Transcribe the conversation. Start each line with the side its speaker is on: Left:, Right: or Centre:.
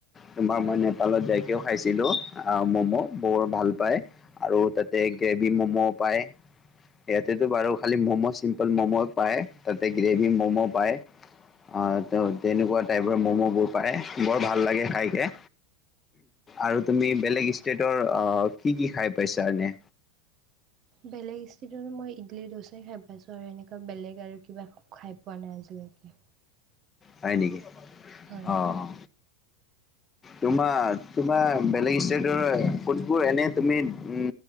Left: তোমাৰ মই নেপালত যাইকেও খাইছিলো আঁহ ম'ম' বৰ ভাল পায় আৰু তাতে গ্ৰেভি মম'ও পায় সিহতেতো বাৰু খালি ম'ম' চিম্পল ম'ম' পায় তাতে গ্ৰেভি ম'ম' পায় আহ তেনেকুৱা টাইপৰ ম'ম'বোৰ পায় বৰ ভাল লাগে খাইকে আৰু তুমি বেলেগ ষ্টেটৰ আহ কি কি খাই পাইছা নে
Right: বেলেগ মই ইডলি দৌচা খাই পাইছো আৰু এনেকুৱা বেলেগ আৰু কিবা খাই পোৱা নাই আজিলৈকে
Left: হয় নেকি
Right: হয়
Left: অঁ, তোমাৰ তোমাৰ বেলেগ ষ্টেটৰ ফুডবোৰ এনে তুমি উ